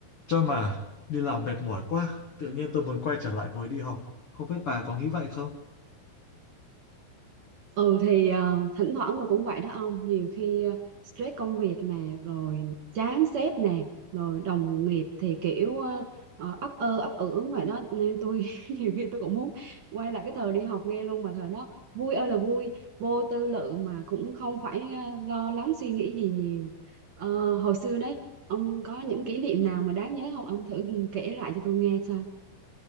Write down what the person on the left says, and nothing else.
Cho mà đi làm mệt mỏi quá, tự nhiên tôi muốn quay trở lại hồi đi học. Không biết bà có nghĩ vậy không?